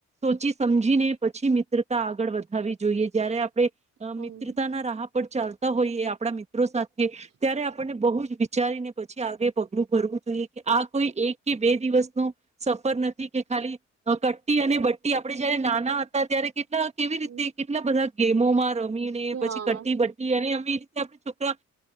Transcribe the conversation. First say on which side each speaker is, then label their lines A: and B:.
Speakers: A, on the right (about 20°); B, on the right (about 50°).
A: સોચી સમજીને પછી મિત્રતા આગળ વધાવવી જોઈએ જ્યારે આપણે
B: હમ.
A: મિત્રતાના રાહ પર ચાલ તા હોઈએ આપ આપણા મિત્રો સાથે ત્યારે આપણને બહુ જ વિ ચારીને પછી આગે પગલું ભરવું જોઈએ કે આ કોઈ એક કે બે દિવસનો સફર નથી કે ખાલી કટ્ટી અને બટ્ટી આપડે જયારે નાના હતા ત્યારે કેટલા કેવી
B: હમ.
A: રીતે કેટલા બધા ગેમ મો <unintelligible> રમીને પછી
B: હા
A: કટટી બટ્ટી અને એમ પ એ રીતે આપણે છોકરા